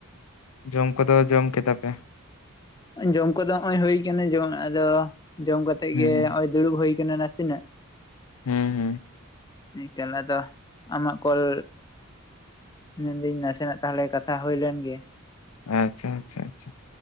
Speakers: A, on the left; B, on the left.
A: ᱡᱚᱢ ᱠᱚᱫᱚ ᱡᱚᱢ ᱠᱮᱫᱟ ᱯᱮ?
B: ᱡᱚᱢ ᱠᱚᱫᱚ ᱦᱚᱜ-ᱚᱭ ᱦᱳᱭ ᱠᱟᱱᱟ ᱡᱚᱢ ᱟᱫᱚ ᱡᱚᱢ ᱠᱟᱛᱮᱜ
A: ᱦᱩᱸ
B: ᱜᱮ
A: ᱦᱩᱸ
B: ᱦᱚᱜ-ᱚᱭ ᱫᱩᱲᱩᱵ ᱦᱩᱭ ᱟᱠᱟᱱᱟ ᱱᱟᱥᱮᱱᱟᱜ ᱾
A: ᱦᱮᱸ ᱦᱮᱸ᱾
B: ᱮᱠᱟᱞ ᱟᱫᱚ ᱟᱢᱟᱜ ᱠᱚᱞ ᱢᱮᱱᱫᱟᱹᱧ ᱱᱟᱥᱮᱱᱟᱜ ᱛᱟᱦᱚᱞᱮ ᱠᱟᱛᱷᱟ ᱦᱩᱭ ᱞᱮᱱ ᱜᱮ?
A: ᱟᱪᱪᱷᱟ ᱟᱪᱪᱷᱟ ᱟᱪᱪᱷᱟ᱾